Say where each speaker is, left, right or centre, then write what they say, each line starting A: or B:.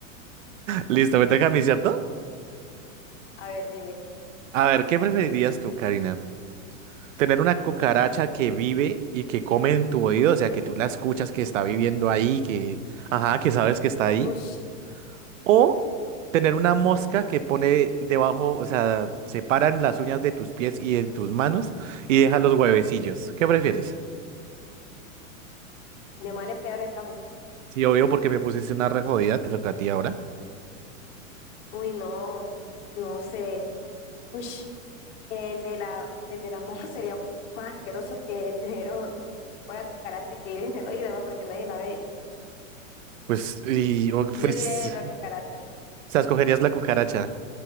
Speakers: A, on the right; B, on the left.
A: Listo, me toca a mí, ¿cierto?
B: A ver, dime.
A: A ver, ¿qué preferirías tú, Karina? ¿Tener una cucaracha que vive y que come en tu oído? O sea, que tú la escuchas que está viviendo ahí, que, ajá, que sabes que está ahí.
B: Ush.
A: ¿O tener una mosca que pone debajo, o sea, separan las uñas de tus pies y de tus manos y deja los huevecillos? ¿Qué prefieres?
B: de mal en peor estamos.
A: Sí, obvio, porque me pusiste una re jodida, te toca a ti ahora.
B: Uy, no, no sé. Uy, El de la, el de las moscas sería más asqueroso que <laughs> tener un- una cucaracha que vive en el oído, ¿no? Porque nadie la ve.
A: Pues, y, o- pues,
B: Yo diría la
A: o
B: cucaracha.
A: sea, escogerías la cucaracha.